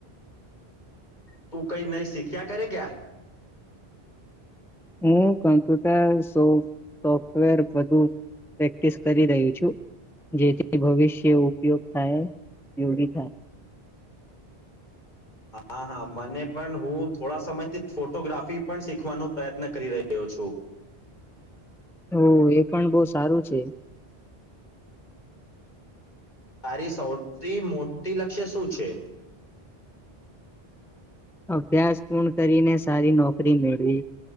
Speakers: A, on the left; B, in the centre.
A: તું કઈ નઈ શીખ્યા કરે ક્યા
B: હું કમ્પ્યુટર સોફ્ટવેર વધુ પ્રેક્ટિસ કરી રહહી છું જેથી ભવિષ્ય ઉપયોગ થાયયોગ થાય
A: હા હા મને પણ હું થોડા સમયથી ફોટોગ્રાફી પણ શીખવાનો પ્રયત્ન કરી રહ્યો છું.
B: તો એ પણ બહુ સારું છે.
A: તારી સૌથી મોટી લક્ષ્ય શું છે.
B: અભ્યાસ પૂર્ણ કરીને સારી નોકરી મેળવી